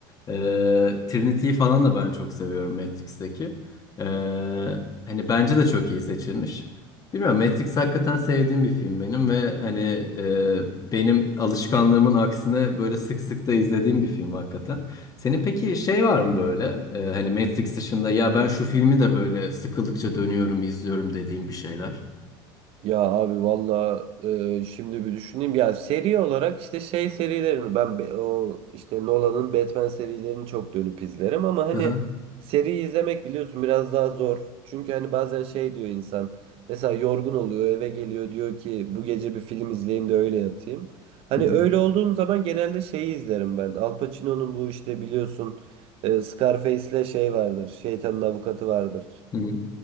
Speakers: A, on the left; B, on the right.
A: E, Trinity'yi falan da ben çok seviyorum Matrix'teki. E, hani bence de çok iyi seçilmiş. Bilmiyorum Matrix hakikaten sevdiğim bir film benim ve hani e, benim alışkanlığımın aksine böyle sık sık da izlediğim bir film hakikaten. Senin peki şey var mı böyle e, hani Matrix dışında ya ben şu filmi de böyle sıkıldıkça dönüyorum izliyorum dediğim bir şeyler.
B: Ya abi valla e, şimdi bir düşüneyim. Ya seri olarak işte şey serilerini ben be- o işte Nolan'ın Batman serilerini çok dönüp izlerim ama hani
A: Hı hı.
B: seri izlemek biliyorsun biraz daha zor. Çünkü hani bazen şey diyor insan mesela yorgun oluyor eve geliyor diyor ki bu gece bir film izleyeyim de öyle yatayım. Hani
A: Hı hı.
B: öyle olduğum zaman genelde şeyi izlerim ben. Al Pacino'nun bu işte biliyorsun e, Scarface'le şey vardır. Şeytanın Avukatı vardır.
A: Hı hı.